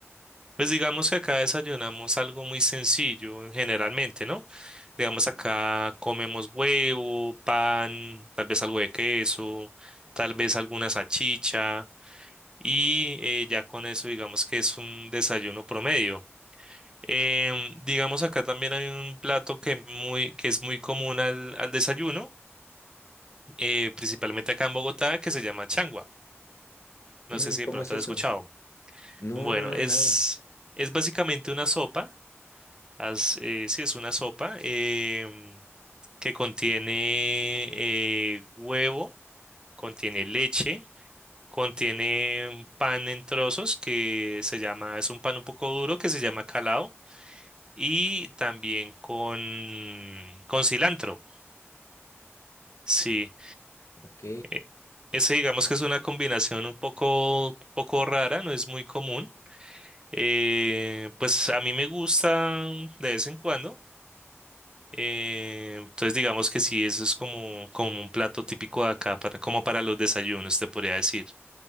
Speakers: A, on the right; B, on the left.
A: pues digamos que acá desayunamos algo muy sencillo generalmente, ¿no? Digamos acá comemos huevo, pan, tal vez algo de queso, tal vez alguna salchicha y eh, ya con eso digamos que es un desayuno promedio. Em, digamos acá también hay un plato que, muy, que es muy común al, al desayuno, eh, principalmente acá en Bogotá, que se llama changua. No
B: Mm,
A: sé si de
B: ¿cómo
A: pronto
B: es eso?
A: has escuchado.
B: No,
A: Bueno,
B: no, no,
A: es,
B: nada.
A: es básicamente una sopa Haz, eh, sí, es una sopa em, que contiene eh, huevo, contiene leche, contiene un pan en trozos que se llama, es un pan un poco duro que se llama calao y también con, con cilantro. Sí,
B: Ok,
A: e- ese digamos que es una combinación un poco, poco rara, no es muy común. Eh, pues a mí me gusta de vez en cuando. Eh, entonces digamos que sí, eso es como, como un plato típico de acá, para, como para los desayunos, te podría decir.